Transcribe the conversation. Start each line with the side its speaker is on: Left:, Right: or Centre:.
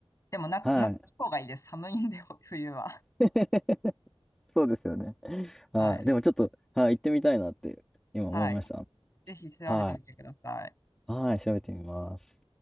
Left: でもな、
Centre: はい。
Left: 夏の方がいいです。寒いんで、ほ冬は。
Centre: <laughs> そうですよね。はい。
Left: はい。
Centre: でもちょっと、はい、行ってみたいなって今思いました。
Left: はい。ぜひ調べてみてください。
Centre: はい。はい、調べてみます。